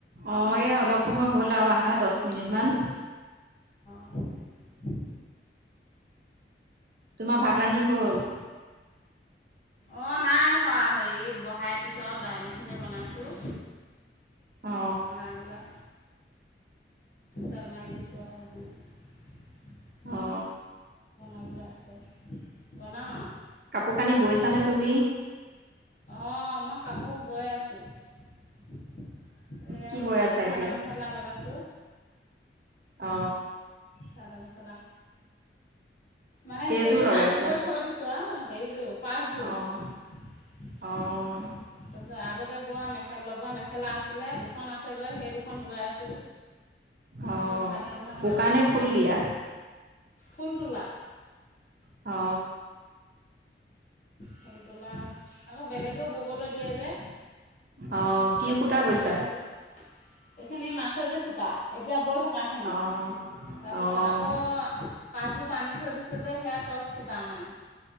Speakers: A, on the right (about 55°); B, on the left (about 45°).
A: অ এই অলপ সময় হল আৰু আহা দহ মিনিট মান।
B: <inaudible>
A: তোমাৰ ভাত ৰান্ধি হল
B: অ নাই হোৱা হেৰি বহাই দিছোঁ আৰু দালিখিনি বনাইছোঁ।
A: অ
B: বনাই পেলাই তেল মাৰি দিছো আও
A: অ
B: আগিল আছে <inaudible> বনাম আৰু
A: কাপোৰ কানি বৈছানে তুমি
B: অঁ মই কাপোৰ বৈ আছোঁ এইয়া
A: কি
B: হেৰি
A: বৈ আছা
B: চাদৰ
A: এতিয়া?
B: মেখেলা লগাইছোঁ।
A: অ
B: চাদৰ মেখেলা মানে
A: কেইযোৰ
B: সেইখিনি
A: লগাইছা?
B: টানিকৈ থৈ দিছোঁ আও সেইযোৰ পাচযোৰ।
A: অ',
B: তাৰপিছত
A: অ',
B: আগতে বোৱা মেখেলা লগোৱা মেখেলা আছিলে দুখ খন আছেগৈ সেই দুখন বৈ আছোঁ।
A: অ
B: সেই ভাত ৰন্ধা মানে
A: উকা
B: অকণ
A: নে
B: দেৰি
A: ফুল
B: হৈ গৈছে
A: দিয়া
B: ফুল তোলা
A: অ
B: ফুল তলা আকৌ বেলেগেও ববলৈ দিয়ে যে।
A: অ', কি
B: সেইখিনিও
A: সূতা বৈছা?
B: গৈ আছো এইখিনি মাছাই যে সুত এতিয়া বৈ থক কাখিনি
A: অ',
B: তাৰপিছত
A: অ',
B: আকৌ পাচযোৰ টানি থৈ দিছোঁ যে সেয়া টচ সুতা মানে